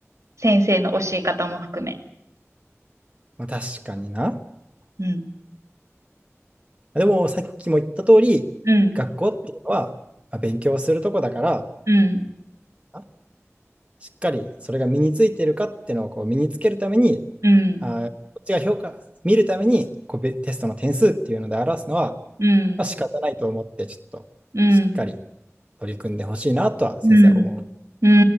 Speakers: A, on the right; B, on the right.
A: 先生の教え方も含め。
B: まあ、確かにな。
A: うん。
B: でも、さっきも言った通り、
A: うん。
B: 学校っていうのは、まあ、勉強するとこだから、
A: うん。
B: あしっかりそれが身についてるかっていうのをこう身につけるために、
A: うん。
B: あこっちが評価、見るためにこうべテストの点数っていうので表すのは、
A: うん。
B: まあ、仕方ないと思って、ちょっとしっかり
A: うん。
B: 取り組んでほしいなとは先生は思う。
A: うん。う